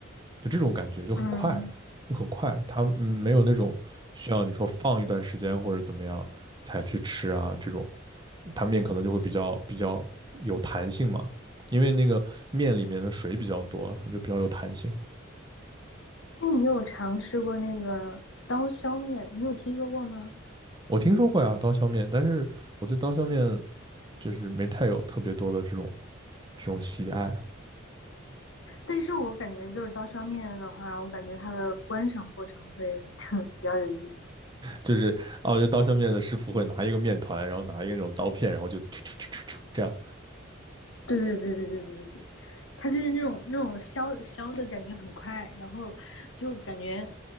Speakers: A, on the right; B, on the left.
A: 就这种感觉就很快，
B: 嗯，
A: 就很快，它嗯没有那种需要你说放一段时间或者怎么样才去吃啊这种，它面可能就会比较比较有弹性嘛，因为那个面里面的水比较多，可能就比较有弹性。
B: 那你有尝试过那个刀削面？你有听说过吗？
A: 我听说过呀，刀削面，但是我对刀削面就是没太有特别多的这种这种喜爱，
B: 但是我感觉就是刀削面的话，我感觉它的观赏过程会哼 <laughs> 比较有意思。
A: 就是哦，就刀削面的师傅会拿一个面团，然后拿一个那种刀片，然后就突突突突突这样，
B: 对对对对对对对对，它就是那种那种削削的感觉很快，然后就感觉，